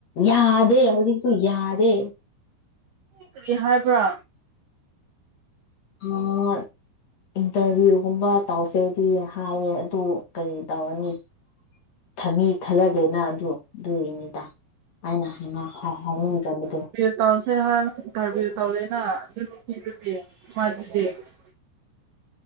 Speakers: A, on the left; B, on the right.
A: ꯌꯥꯗꯦ ꯍꯧꯖꯤꯛꯁꯨ ꯌꯥꯗꯦ
B: ꯀꯔꯤ ꯍꯥꯏꯕ꯭ꯔꯥ
A: ꯍꯣꯢ ꯏꯟꯇꯔꯚ꯭ꯌꯨ ꯒꯨꯝꯕ ꯇꯧꯁꯦꯗꯤ ꯍꯥꯏꯌꯦ ꯑꯗꯨ ꯀꯔꯤ ꯇꯧꯔꯅꯤ <unintelligible> ꯑꯗꯨꯒꯤꯄꯤꯗ ꯑꯩꯅ ꯍꯥꯟꯅ ꯍꯔꯥꯎꯖꯕꯗꯣ
B: <unintelligible>